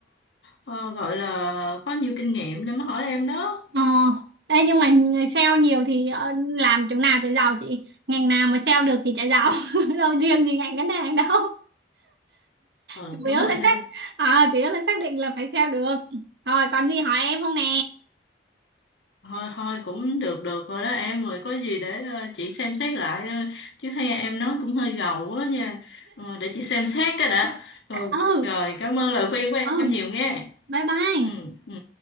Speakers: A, on the left; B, on the right.
A: ờ, gọi là có nhiều kinh nghiệm để mà hỏi em đó
B: ờ ê nhưng mà sale nhiều thì ờ, làm chỗ nào để giàu chị? Ngành nào mà sale được thì chả giàu. <laughs> Đâu riêng gì ngành ngân hàng đâu.
A: ừ
B: chủ
A: đúng
B: yếu là
A: rồi ha
B: xác à, chủ yếu là xác định là phải sale được rồi còn gì hỏi em không nè
A: thôi thôi cũng được được rồi đó em rồi có gì để ờ, chị xem xét lại ờ, chứ hay em nói cũng hơi gầu quá nha Ờ, để chị xem xét cái đã ừ,
B: ừ
A: rồi cảm ơn lời khuyên của
B: ừ
A: em nhiều nghe
B: bye bye
A: ừ ừ